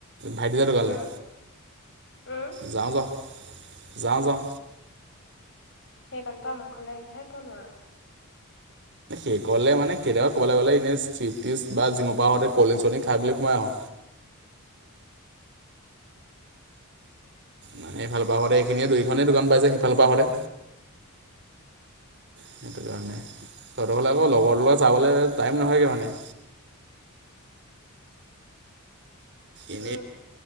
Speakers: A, on the right; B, on the left.
A: ভাইটি দা দোকানলৈ
B: উম, উম,
A: যাওঁ, যাওঁ, যাওঁ, যাওঁ।
B: সেইকাৰণে মা হ'লে আহিধাহেো নোৱাৰোঁ।
A: এ কলে মানে কেতিয়াবা ক'বলৈ গ'লে এনে চিপছ্ বা জি'মৰ পৰাতে কলড্ৰিং চলডিং খাইলৈ সোমাই আহো। মানে এইফালৰ পৰা সোতে এইখিনিয়ে
B: অ',
A: দুইখনেই দোকান পাই যে সিফালৰ পৰা সেইটো কাৰণে লগহতৰ ফালে আকৌ লগৰ লগত চাবলৈ টাইম নহয়গে মানে এনেই
B: উম